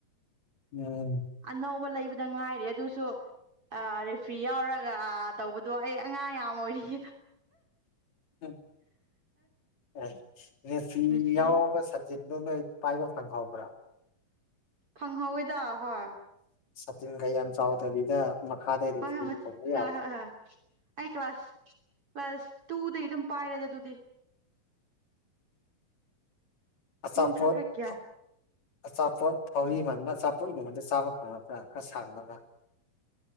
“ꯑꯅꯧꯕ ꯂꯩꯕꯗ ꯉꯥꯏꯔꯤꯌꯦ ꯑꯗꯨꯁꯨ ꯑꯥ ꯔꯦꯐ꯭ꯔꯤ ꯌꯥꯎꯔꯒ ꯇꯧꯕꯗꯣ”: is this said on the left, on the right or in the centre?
Right